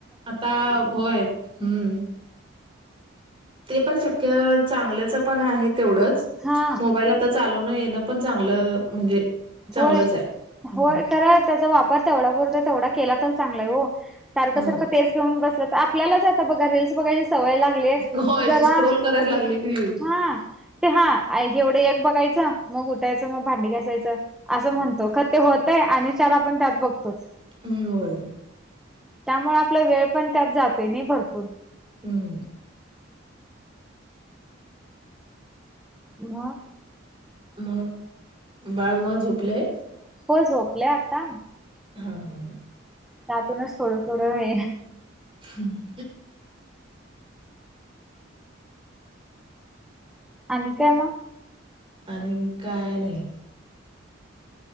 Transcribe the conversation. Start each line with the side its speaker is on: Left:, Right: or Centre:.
Right: आता होय हम्म. ते पण शक्य चांगल्याच पण आहे तेवढंच
Centre: हा
Right: मोबाईल, आता चालण येण पण चांगलं म्हणजे चांगलंच
Centre: होय
Right: आहे. हम्म
Centre: होय खरा त्याचा वापर तेवढा पुरता तेवढा केला तर चांगलाय हो. सारखं सारखं
Right: होय.
Centre: तेच घेऊन बसलं तर आपल्यालाच आता बघा रीलस बघाय सवय लागलीय
Right: होय
Centre: जला
Right: ते स्क्रोल करायला लागले की येईल.
Centre: हा ते हा एवढं एैक बघायचं मग उठायचं मग भांडी घासायचं असं म्हणतो ख ते होतय आणि चला आपण त्यात बघतोच
Right: हम् होय
Centre: त्यामुळे आपला वेळ पण त्यात जातय नाही भरपूर
Right: हम्म
Centre: मग
Right: मग बाळ म झोपलेय
Centre: हो झोपल्या आता
Right: हा हा हा
Centre: त्यातूनच थोडं थोडं हे
Right: हम्म
Centre: आणि काय म
Right: आणि काय नाही